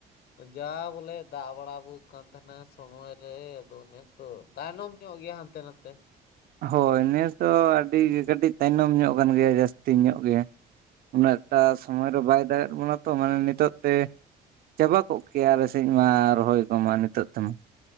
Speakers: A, on the left (about 70°); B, on the right (about 60°).
A: ᱡᱟ ᱵᱚᱞᱮ ᱫᱟᱜ ᱵᱟᱲᱟ <unintelligible> ᱠᱟᱱ ᱛᱟᱦᱮᱸᱱᱟ ᱥᱚᱢᱚᱭ ᱨᱮ ᱟᱫᱚ ᱱᱮᱥ ᱛᱚ ᱛᱟᱭᱱᱚᱢ ᱧᱚᱜ ᱜᱮᱭᱟ ᱦᱟᱱᱛᱮ ᱱᱟᱱᱛᱮ᱾
B: ᱦᱳᱭ ᱱᱮᱥ ᱫᱚ ᱟᱹᱰᱤ ᱠᱟᱹᱴᱤᱡ ᱛᱟᱭᱱᱚᱢ ᱧᱚᱜ ᱠᱟᱱ ᱜᱮᱭᱟ ᱡᱟᱹᱥᱛᱤ ᱧᱚᱜ ᱜᱮ᱾ ᱩᱱᱟᱹᱜ ᱮᱠᱴᱟ ᱥᱚᱢᱚᱭ ᱨᱮ ᱵᱟᱭ ᱫᱟᱜᱮᱫ ᱵᱚᱱᱟ ᱛᱚ ᱢᱟᱱᱮ ᱱᱤᱛᱚᱜ ᱛᱮ ᱪᱟᱵᱟ ᱠᱚᱜ ᱠᱮᱭᱟ ᱟᱞᱮ ᱥᱮᱫ ᱢᱟ ᱨᱚᱦᱚᱭ ᱠᱚᱢᱟ ᱱᱤᱛᱚᱜ ᱛᱮᱢᱟ᱾